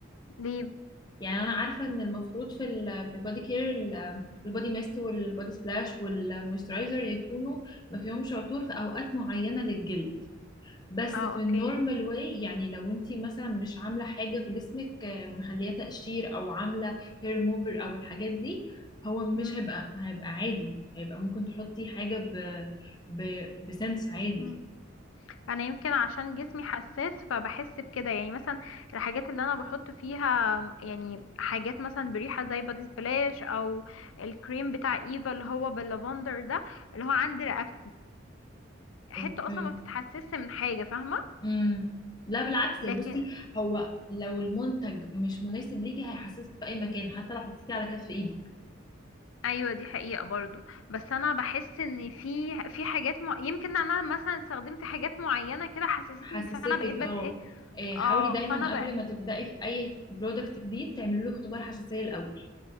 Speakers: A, on the left; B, on the left.
A: ليه
B: يعني أنا عارفة إن المفروض في ال في البودي كير ال- البودي ميست والبودي سبلاش والمويسترايزر يكونوا ما فيهمش عطور في أوقات معينة للجلد بس
A: اه
B: في
A: اوكي
B: النورمال واي يعني لو أنتي مثلا مش عاملة حاجة في جسمك آه، مخلية تقشير أو عاملة هير ريموفر أو الحاجات دي هو مش
A: مم.
B: هيبقى هيبقى عادي هيبقى ممكن تحطي حاجة ب ب بسنس عادي
A: مم. انا يمكن عشان جسمي حساس فبحس بكده يعني مثلا الحاجات اللي انا بحط فيها م- يعني حاجات مثلا بريحه زي بادي سبلاش او الكريم بتاع ايفا اللي هو باللافندر ده اللي هو عند رقبتي حته
B: اوكي
A: اصلا ما بتتحسسش من حاجه فاهمه
B: امم لا بالعكس
A: لكن
B: يعني بصي هو لو المنتج مش مناسب ليكي هيحسسك في اي مكان حتى لو حطيتيه على كف ايدك
A: ايوه دي حقيقه برضو بس انا بحس ان في في حاجات مع... يمكن انا مثلا استخدمت حاجات معينه كده حسستني
B: حسستك
A: فانا بقيت بت
B: اه
A: ايه
B: إيه،
A: اه
B: حاولي دايما
A: فانا
B: قبل ما تبدأي في اي برودكت جديد تعملي له اختبار حساسية الاول